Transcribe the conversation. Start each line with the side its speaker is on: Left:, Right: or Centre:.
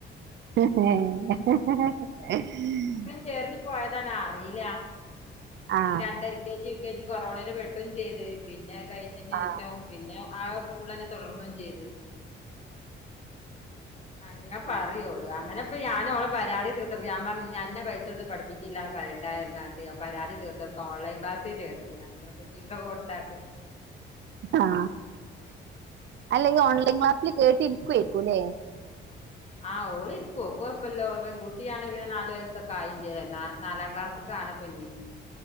Right: <unintelligible>
Left: ചേർത്ത് പോയതാണ് അറിയില്ല അങ്ങ
Right: ആ
Left: രണ്ട് എൽ കെ ജി.. കൊറോണെൽ പെട്ടും ചെയ്ത് പിന്നെ അത് കഴിഞ്ഞതിന്
Right: ആ
Left: ശേഷം പിന്നെ ആ.. സ്കൂൾ ന്നെ തുടർന്നും ചെയ്ത്.. അങ്ങ പറയും ഓള് അങ്ങനെപ്പ ഞാൻ ഓള പരാതി തീർ. ഞാ പറഞ്ഞ് അന്നെ പൈസകെടുത്ത് പഠപ്പിച്ചില്ല എന്ന് പറേണ്ടരുന്നു പരാതി തീർതൊ ഓൺലൈ ക്ലാസ്.. ചേർത്തിന് അഞ്ഞൂറുപ്പ്യ പീസ്ക്കെ കൊടുത്താട്ട്.
Right: ആ അല്ലെ ഇ ഓൺലൈൻ ക്ലസില് കേട്ട് ഇരിക്കുയ്ക്കൂല്ലെ.
Left: ആഹ ഓളിരിക്കും ഓൾക്ക് കുഴപ്പല്ലാ പെൺകുട്ടിയാണ് പിന്നെ നാല് വയസ്സൊക്കെ ആയി ചൈത് ന്നാ. നാലാം ക്ലാസ്ക്ക് ആണ് പ്പഞ്ഞി.